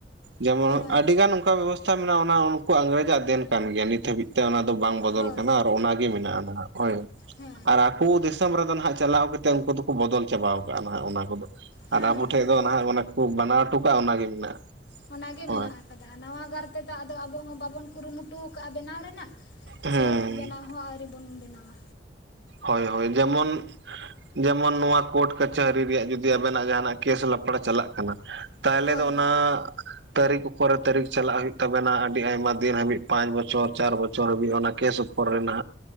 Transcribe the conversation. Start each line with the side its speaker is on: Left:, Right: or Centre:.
Right: ᱡᱮᱢᱚ
Left: ᱦᱮᱸ
Right: ᱟᱹᱰᱤ ᱜᱟᱱ ᱚᱝᱠᱟ ᱵᱮᱵᱚᱥᱛᱷᱟ ᱢᱮᱱᱟᱜᱼᱟ, ᱚᱱᱟ ᱩᱱᱠᱩ ᱤᱝᱨᱮᱡᱽ ᱟᱜ ᱫᱮᱱ ᱠᱟᱱ ᱜᱮᱭᱟ ᱱᱤᱛ ᱦᱟᱹᱵᱤᱡ ᱛᱮ ᱚᱱᱟ ᱫᱚ ᱵᱟᱝ ᱵᱚᱫᱚᱞ
Left: ᱦᱳᱭ
Right: ᱠᱟᱱᱟ ᱟᱨ ᱚᱱᱟᱜᱮ ᱢᱮᱱᱟᱜᱼᱟ ᱱᱟᱦᱟᱜ ᱦᱳᱭ᱾
Left: ᱦᱮᱸ
Right: ᱟᱨ ᱟᱠᱩ ᱫᱤᱥᱚᱢ ᱨᱮᱫᱚ ᱱᱟᱦᱟᱜ ᱪᱟᱞᱟᱣ ᱠᱟᱛᱮᱜ ᱩᱝᱠᱩ ᱫᱚᱠᱩ ᱵᱚᱫᱚᱞ ᱪᱟᱵᱟᱣ ᱠᱟᱜᱼᱟ ᱱᱟᱦᱟᱜ ᱚᱱᱟ ᱠᱚᱫᱚ᱾
Left: ᱦᱮᱸ
Right: ᱟᱨ ᱟᱵᱚ
Left: ᱦᱮᱸ
Right: ᱴᱷᱮᱜ ᱫᱚ ᱱᱟᱦᱟᱜ ᱚᱱᱮ ᱠᱚ ᱵᱟᱱᱟᱣ ᱚᱴᱚ ᱠᱟᱜᱼᱟ ᱚᱱᱟᱜᱮ ᱢᱮᱱᱟᱜᱼᱟ᱾
Left: ᱚᱱᱟᱜᱮ
Right: ᱦᱳᱭ
Left: ᱢᱮᱱᱟᱜ ᱟᱠᱟᱫᱟ, ᱱᱟᱣᱟ ᱜᱟᱨ ᱛᱮᱫᱚ ᱟᱫᱚ ᱟᱵᱚ ᱦᱚᱸ ᱵᱟᱵᱚᱱ ᱠᱩᱨᱩᱢᱩᱴᱩ ᱟᱠᱟᱫᱟ ᱵᱮᱱᱟᱣ ᱨᱮᱱᱟᱜ᱾
Right: ᱦᱮᱸ
Left: ᱥᱮ ᱵᱮᱱᱟᱣ ᱦᱚᱸ ᱟᱹᱣᱨᱤ ᱵᱚᱱ ᱵᱮᱱᱟᱣᱟ᱾
Right: ᱦᱳᱭ ᱦᱳᱭ ᱡᱮᱢᱚᱱ ᱡᱮᱢᱚᱱ ᱱᱚᱣᱟ ᱠᱳᱰ ᱠᱟᱪᱷᱟᱹᱨᱤ ᱨᱮᱭᱟᱜ ᱡᱩᱫᱤ ᱟᱵᱮᱱᱟᱜ ᱡᱟᱦᱟᱱᱟᱜ ᱠᱮᱥ ᱞᱟᱯᱲᱟ ᱪᱟᱞᱟᱜ ᱠᱟᱱᱟ ᱛᱟᱦᱮᱞᱮ
Left: ᱦᱳᱭ
Right: ᱫᱚ ᱚᱱᱟ
Left: ᱦᱳᱭ
Right: ᱛᱟᱹᱨᱤᱠᱷ ᱩᱯᱚᱨᱮ ᱛᱟᱹᱨᱤᱠᱷ ᱪᱟᱞᱟᱜ ᱦᱩᱭᱩᱜ ᱛᱟᱵᱮᱱᱟ ᱟᱹᱰᱤ ᱟᱭᱢᱟ ᱫᱤᱱ ᱦᱟᱹᱵᱤᱡ ᱯᱟᱸᱪ ᱵᱚᱪᱷᱚᱨ ᱪᱟᱨ ᱵᱚᱪᱷᱚᱨ ᱦᱟᱹᱵᱤᱡ ᱚᱱᱟ ᱠᱮᱥ ᱩᱯᱚᱨ ᱨᱮ ᱱᱟ